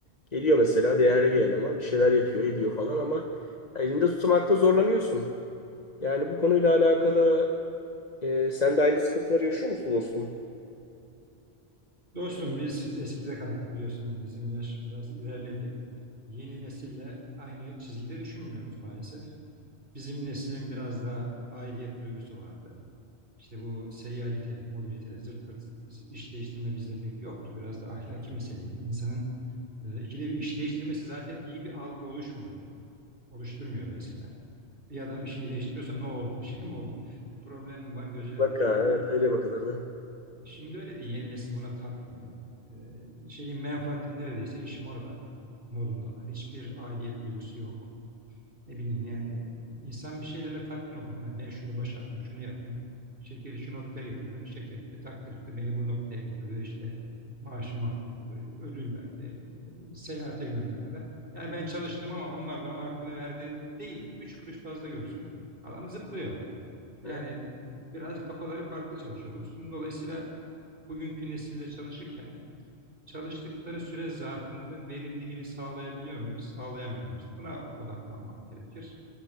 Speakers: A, on the left; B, on the right.
A: Geliyor mesela değerli bir eleman bir şeyler yapıyor ediyor falan ama elinde tutmakta zorlanıyorsun. Yani bu konuyla alakalı e, sen de aynı sıkıntıları yaşıyor musun dostum?
B: Dostum biz eskide kaldık biliyorsun bizim yaş biraz ilerledi. Yeni nesille aynı çizgide düşünmüyoruz maalesef. Bizim neslin biraz daha aidiyet duygusu vardı. İşte bu seyyalite, mobilite, zırt pırt iş değiştirme bizde pek yoktu. Biraz da ahlaki meseleydi. İnsanın e, ikide bir iş değiştirmesi zaten iyi bir algı oluşmuyordu. Oluşturmuyordu eskiden. Bir adam işini değiştiriyorsa ne oldu, bir şey mi oldu, bir problem mi var gözüyle
A: Bak
B: bakıyordu.
A: ha, evet öyle bakılırdı.
B: Şimdi öyle değil. Yeni nesil buna takmıyor. Ee, şeyin menfaatim neredeyse işim orada modundalar. Hiçbir aidiyet duygusu yok. Ne bileyim yani insan bir şeylerle tatmin olur değil mi? Ben şunu başardım, şunu yaptım. Şirketi şu noktaya getirdim. Şirket de takdir etti. Beni bu noktaya getirdi. İşte maaşımı arttırdı, ödül verdi, e, seyahate gönderdi. Yani ben çalıştım ama onlar da bana hakkını verdi değil. Üç kuruş fazla görsün. Adam zıplıyor. Yani
A: He?
B: biraz kafaları farklı çalışıyor dostum. Dolayısıyla Bugünkü nesille çalışırken çalıştıkları süre zarfında verimliliğini sağlayabiliyor muyuz, sağlayamıyor muyuz? Buna odaklanmak gerekir.